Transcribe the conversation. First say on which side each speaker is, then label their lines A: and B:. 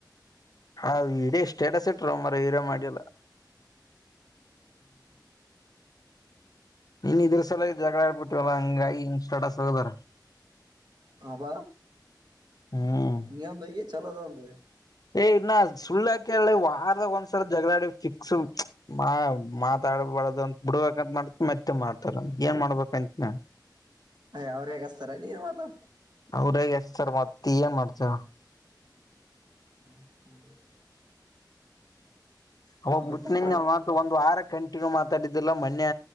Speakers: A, on the left (about 55°); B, on the right (about 65°).
A: ಹಾ ಒಂದೇ ಸ್ಟೇಟಸ್ ಹಾಕ್ಬೇಕು ನಾ ಮನೆಗಿದ್ರೆ ಮಾಡಲ್ಲ ಇದರ ಸಭೆ ಜಗಳ ಆಡ ಬಿಟ್ಟೇನು <inaudible>
B: ಹಬ್
A: ಹ್ಮ್
B: <inaudible> ಕನ್ನಡ ಹೋಗ್ಲಿ
A: <unintelligible>
B: ಅವರೇ ಚೆನ್ನಾಗಿದ್ದರೆ ನೀವು ಇರಬಾರದು
A: <inaudible>
B: <inaudible>
A: ಹೌಸ್ಲಿಂದ
B: ಬಟ್ ಕಾಣ
A: ವಾರದ ಕಂಟಿನಿಯಸ್ ಆಗಿ ಮಾತಾಡೋದೇ ಹೇಳುವ ಮೊನ್ನೆ